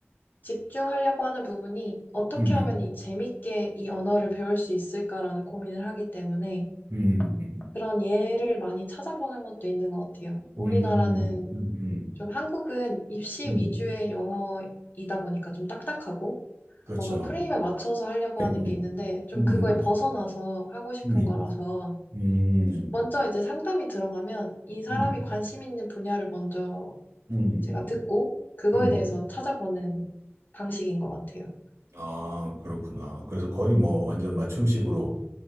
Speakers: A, on the left (about 45°); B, on the right (about 80°).
A: 집중하려고 하는 부분이 어떻게
B: 음,
A: 하면 이 재밌게 이 언어를 배울 수 있을까라는 고민을 하기 때문에,
B: 음, 음,
A: 그런 예를 많이 찾아보는 것도 있는 것 같아요. 우리나라는
B: 음, 음, 음, 음,
A: 좀 한국은 입시
B: 음.
A: 위주의 영어이다 보니까 좀 딱딱하고
B: 그렇죠.
A: 뭔가 프레임에 맞춰서 하려고
B: 아이고,
A: 하는 게
B: 아이고.
A: 있는데 좀
B: 음,
A: 그거에
B: 음,
A: 벗어나서 하고 싶은
B: 음,
A: 거라서
B: 음,
A: 먼저 이제 상담이 들어가면 이 사람이
B: 음,
A: 관심 있는 분야를 먼저
B: 음.
A: 제가 듣고 그거에
B: 음.
A: 대해서 찾아보는 방식인 것 같아요.
B: 아, 그렇구나. 그래서 거의 뭐 완전 맞춤식으로.